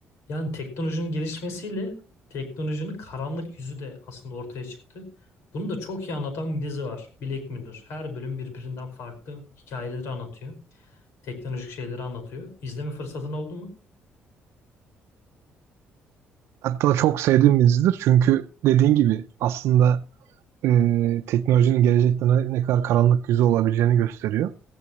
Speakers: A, on the left; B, on the right.
A: Yani teknolojinin gelişmesiyle teknolojinin karanlık yüzü de aslında ortaya çıktı. Bunu da çok iyi anlatan bir dizi var. Black Mirror. Her bölüm birbirinden farklı hikayeleri anlatıyor. Teknolojik şeyleri anlatıyor. İzleme fırsatın oldu mu?
B: Hatta çok sevdiğim bir dizidir. Çünkü dediğin gibi aslında e, teknolojinin gelecekte ne, ne kadar karanlık yüzü olabileceğini gösteriyor.